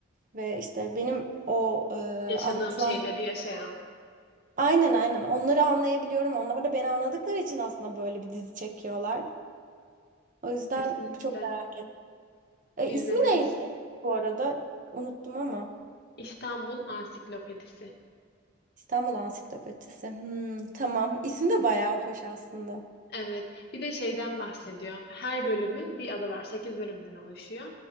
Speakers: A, on the right; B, on the left.
A: ve işte benim o e,
B: Yaşadığım
A: anlatılan
B: şeyleri yaşayan.
A: Aynen aynen. Onları anlayabiliyorum. Onlar da beni anladıkları için aslında böyle bir dizi çekiyorlar. O yüzden
B: Kesinlikle
A: çok merak ettim. E,
B: izlemelisin.
A: ismi neydi bu arada? Unuttum ama.
B: İstanbul Ansiklopedisi.
A: İstanbul Ansiklopedisi. Hmm, tamam.
B: Hı hı.
A: İsmi de bayağı hoş aslında.
B: Evet. Bir de şeyden bahsediyor. Her bölümün bir adı var. 8 bölümden oluşuyor.